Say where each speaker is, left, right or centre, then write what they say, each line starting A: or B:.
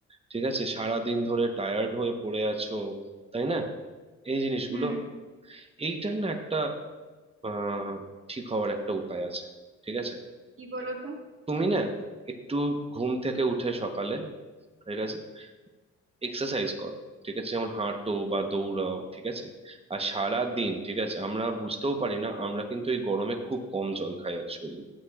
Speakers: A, on the right (about 20°); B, on the right (about 45°).
A: ঠিক আছে সারা দিন ধরে টায়ার্ড হয়ে পড়ে আছো তাই না এই জিনিসগুলো
B: হুম
A: এইটার না একটা আহ ঠিক হওয়ার একটা উপায় আছে ঠিক আছে
B: কি বলো তো
A: তুমি না একটু ঘুম থেকে উঠে সকালে ঠিক আছে এক্সারসাইজ করো ঠিক আছে যেমন হাঁটো বা দৌড়াও ঠিক আছে আর সারা দিন ঠিক আছে আমরা বুঝতেও পারি না আমরা কিন্তু এই গরমে খুব কম জল খাই অ্যাকচুয়ালি